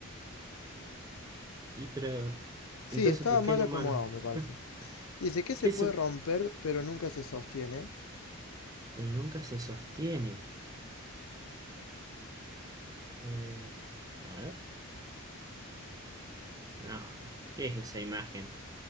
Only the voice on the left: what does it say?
Sí,
estaba
mal
acomodado,
me parece.
Dice que se
puede
romper, pero nunca se sostiene.